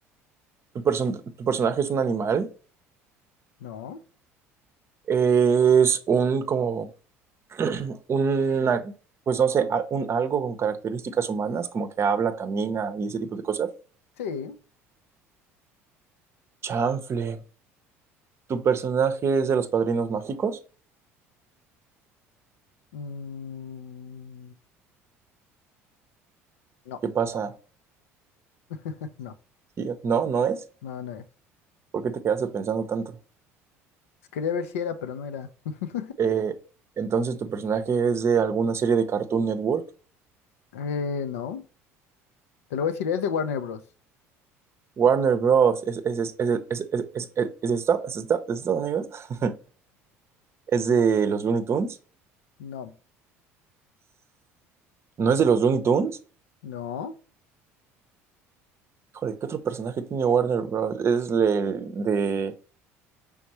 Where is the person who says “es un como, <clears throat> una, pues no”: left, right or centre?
Right